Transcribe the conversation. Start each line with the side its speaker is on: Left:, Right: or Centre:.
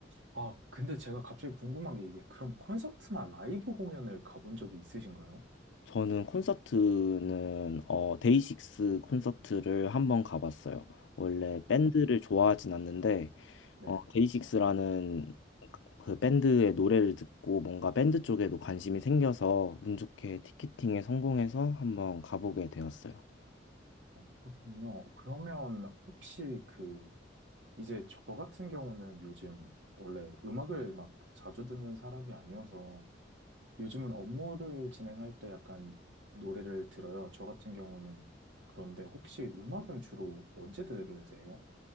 Right: 아, 근데 제가 갑자기 궁금한 게 이게 그럼 콘서트나 라이브 공연을 가본 적이 있으신가요?
Left: 저는 콘서트는 어 데이식스 콘서트를 한번 가봤어요. 원래
Right: 어,
Left: 밴드를 좋아하진 않는데
Right: 네.
Left: 어 데이식스라는 그 밴드의 노래를 듣고 뭔가 밴드 쪽에도 관심이 생겨서 운 좋게 티켓팅에 성공해서 한번 가보게 되었어요.
Right: 어, 그렇군요. 그러면 혹시 그, 이제 저 같은 경우는 요즘 원래 음악을 막 자주 듣는 사람이 아니어서 요즘은 업무를 진행할 때 약간 노래를 들어요. 저 같은 경우는. 그런데 혹시 음악은 주로 언제 들으세요?